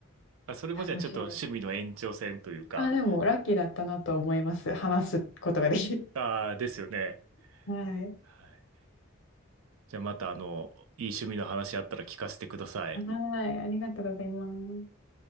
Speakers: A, on the right (about 80°); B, on the left (about 65°).
A: あ、それもじゃあちょっと趣味の延長線というか、
B: 楽しいです。あ、でもラッキーだったなと思います。話すことができる。
A: ああ、ですよね。
B: <laughs> はい。
A: はい。じゃあまた、あの、いい趣味の話あったら聞かせてください。
B: はい。ありがとうございます。